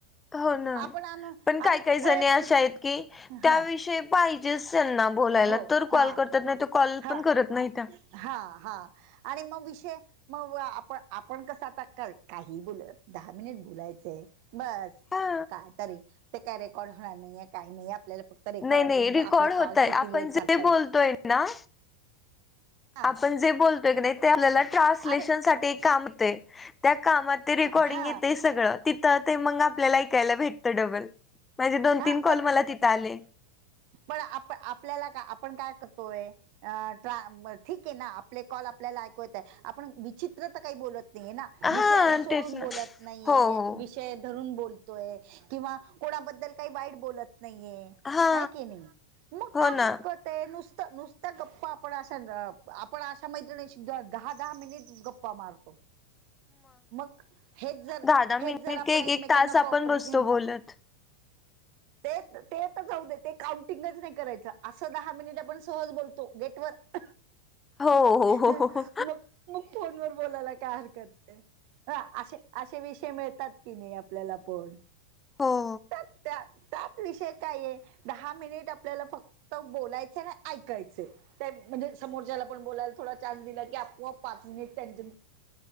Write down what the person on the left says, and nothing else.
हो ना,
पण
काय काही जणी
अशा आहेत की,
त्याविषयी- पाहिजेच त्यांना बोलायला
तर कॉल
करतात, नाही तर कॉल
पण करत नाही त्या.
हा
नाही, नाही, रेकॉर्ड
होतय,
आपण
जे बोलतोय ना-
आपण जे बोलतोय की नाही ते आपल्याला ट्रान्सलेशन
साठी एक काम येतय. त्या कामात रेकॉर्डिंग
येत सगळं. तिथं ते मग आपल्याला ऐकायला भेटतं डबल, माझे दोन,
तीन कॉल
मला तिथं आले.
हा
तेच ना.
हो हो
हा
हो
ना
दहा दहा
मिनिट
का एक
एक तास
आपण बसतो बोलत
हो, हो,
हो, हो.
हो.